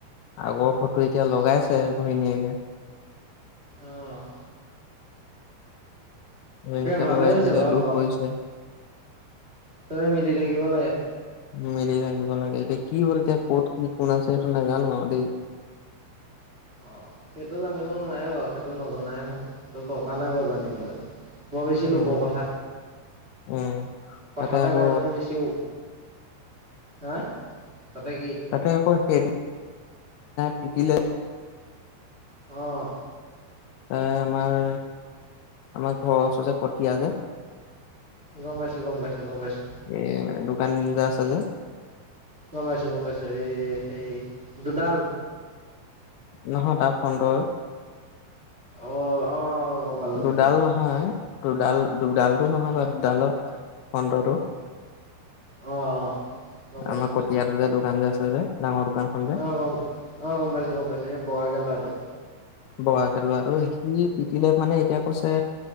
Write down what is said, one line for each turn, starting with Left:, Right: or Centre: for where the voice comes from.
Left: আগৰ ফটো এতিয়া লগাইছে ঘহণীয়েকে
Right: আহ
Left: নিকছে
Right: ভালে
Left: এতিয়া
Right: হৈছে বাৰু
Left: দুখ হয়ছে
Right: চবে মিলি থাকিব লাগে
Left: মিলি থাকিব লাগে এতিয়া কি হল এতিয়া ক'ত কি কোন আছে সটো নাজানো দ <unintelligible>
Right: অ সেইটো জানিব নালাই বাৰু সেইটো নজনাই ভাল সেইটো দৰকাৰ নাই বাৰু জানিবলৈ বৰ বেছি লোকৰ
Left: উম
Right: কথা
Left: উম
Right: কথাতে
Left: তাতে আকৌ
Right: কয় নহয় বেছিও হা তাতে কি
Left: তাতে আকৌ সেইদি পিটিলে
Right: অঁ
Left: এ আমাৰ আমাৰ ঘৰৰ ওচৰ যে কঠীয়া যে
Right: গম পাইছো গম পাইছো গম পাইছো
Left: এই দোকান যে আছে যে
Right: গমাইছো গমাইছো এই সেই দুুডাল
Left: নহয় তা ফন্দৰ
Right: অ অ গম পালো
Left: দুডাল
Right: গম পালো
Left: নহয় দুডাল দুডালতটো নহয় বাৰ ডালৰ পন্ৰৰ
Right: অ', অ', গম পাইছো
Left: আমাৰ কতিয়াৰ যে দোকান যে আছে যে ডাঙৰ দোকানখন যে
Right: আহ গমাই আহ গম পাইছো গম পাইছো এই বগাাকে লৰাটো আৰু
Left: বগাকে লৰাটো আৰু সি পিটিলে মানে এতিয়া কৈছে